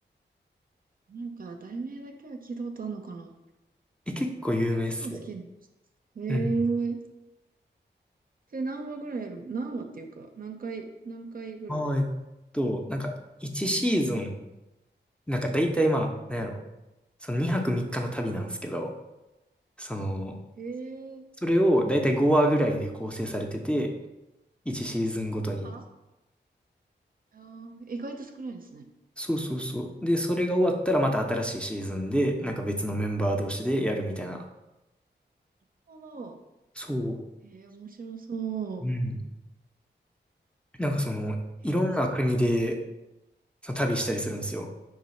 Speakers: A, on the right (about 50°); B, in the centre.
A: なんか、題名だけは聞いたことあるのかな
B: え、結構有名っすよ。
A: 今日好きなの。へえ。
B: うん
A: で、何話ぐらいやる何話っていうか、何回、何回ぐらい。
B: ああ、えっと、なんか、1シーズン、なんか大体まあ、なんやろ、その2泊3日の旅なんですけど、その、
A: へえ。
B: それを大体5話ぐらいで構成されてて、1シーズンごとに。
A: ああー、意外と少ないですね。
B: そうそうそう。で、それが終わったらまた新しいシーズンで、なんか別のメンバー同士でやるみたいな。
A: なるほど。
B: そう。
A: へえ、面白そう。
B: うん。なんかその、
A: へえ、
B: いろんな国でその旅したりするんですよ。